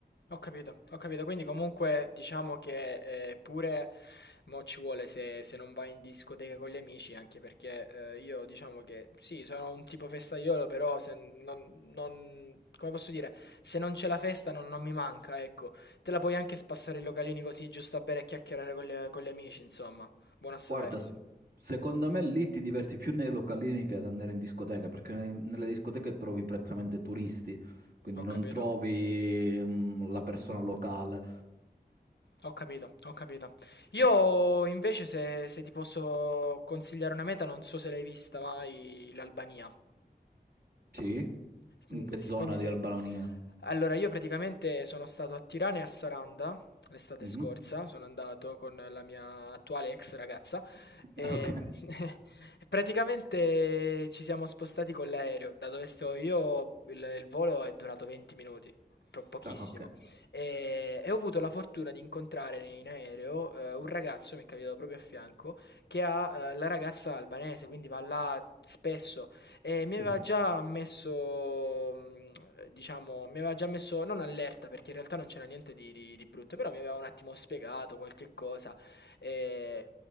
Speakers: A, on the left; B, on the right.
A: Ho capito, ho capito. Quindi comunque diciamo che eh, pure mo ci vuole se, se non vai in discoteca con gli amici, anche perché eh, io diciamo che sì, sono un tipo festaiolo, però se non, non- come posso dire, se non c'è la festa non, non mi manca, ecco. Te la puoi anche spassare i localini così, giusto a bere e chiacchierare con gli, con gli amici, insomma. Buono a sapersi.
B: Guarda, s- secondo me lì ti diverti più nei localini che ad andare in discoteca, perché ne- nelle discoteche trovi prettamente turisti, quindi
A: Ho
B: non
A: capito,
B: trovi mm, la persona locale.
A: ho capito, ho capito. Io invece se, se ti posso consigliare una meta, non so se l'hai vista mai, l'Albania.
B: Sì?
A: Mhmm,
B: In che
A: s
B: zona
A: quindi se
B: di Albania?
A: allora io praticamente sono stato a Tirana e a Saranda l'estate
B: Mhm.
A: scorsa, sono andato con la mia attuale ex ragazza, ehm,
B: <laughs> Ok.
A: e <laughs> praticamente ci siamo spostati con l'aereo. Da dove sto io il il volo è durato 20 minuti, pro pochissimo,
B: Ah, ok.
A: ehm, e ho avuto la fortuna di incontrare in aereo, ehm, un ragazzo, mi è capitato proprio a fianco, che ha, ehm, la ragazza albanese, quindi va là spesso e mi aveva
B: Mhm.
A: già messo, mm, diciamo, mi aveva già messo, non allerta perché in realtà non c'era niente di, di- di brutto, però mi aveva un attimo spiegato qualche cosa e,